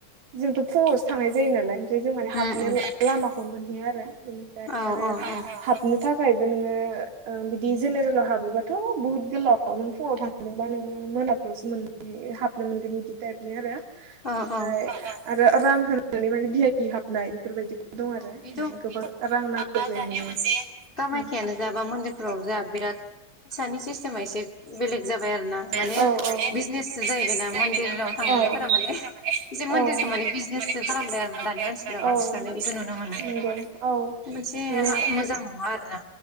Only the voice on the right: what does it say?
जोंथ' फुङावसो थांनाय जायो नालाय ओमफ्राय जों माने हाबनो
लामाखौनो आरो बिनिफ्राय
आरो
हाबनो था खायबो नोङो बिदि जेनेरेलाव हाबोबाथ' बुहुत गोलाव नों फुङाव थांदोंबा नोङो मोना नायावसो मोनगोन हाबनो मोनगोन बिदि थाइबनि आरो
ओमफाय
रां हो नानै माने भि आइ पि हाबनाय बेफोरबायदि दं
आरो
गोबां रां नांगौ जायो।
औ
औ औ
बिजनेसो
जाहैबायना
मन्दिर
थांनायफोरा
माने
मनदिरखौ
माने
बिजनेसो
खालाम
दानिमानसिफोरा
नंगौ औ
माने